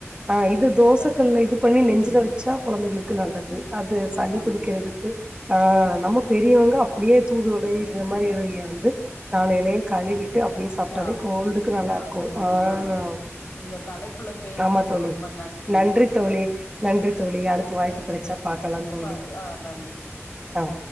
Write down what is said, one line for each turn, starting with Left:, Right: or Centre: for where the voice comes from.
Right: ஆ இது தோசகல்ல
Left: இந்த
Right: இது பண்ணி நெஞ்சுல
Left: ம்
Right: வச்சா கொழந்தைகளுக்கு நல்லது அது சளி
Left: நல்லது
Right: புடிக்கிறதுக்கு ஆ நமக் பெரியவங்க அப்டியே தூதுவளை இந்த மாரி எலைய வந்து நாலு எலைய கழிவிட் ட்டு அப்டியே சாப்டாலே
Left: சாப்ட்டுக்க
Right: கோல்டுக்கு
Left: வேண்டியதுதா
Right: நல்லாருக்கும்
Left: ஆ
Right: ஆ
Left: நல்லா இருக்கு இந்த தலைப்புல பேசுனதுக்கு
Right: ஆமா தோழி
Left: ரொம்ப நன்றிங்
Right: நன்றி தோழி நன்றி தோழி அடுத்த வாய்ப்பு
Left: நன்றி
Right: கெடைச்சா பாக்கலாம் தோழி
Left: ப ஆ நன்றி
Right: ஆ.